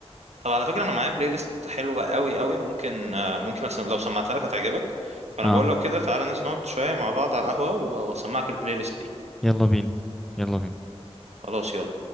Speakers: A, on the right (about 80°); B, in the centre.
A: طب على فكره انا معايا بلاي ليست حلوه قوي قوي ممكن آه، ممكن أس- لو سمعتها لك هتعجبك فانا
B: اه
A: بقول لو كده تعالى ننزل نقعد شويه مع بعض على القهوه و- واسمعك البلاي ليست دي
B: يلا بينا يلا بينا
A: خلاص يلا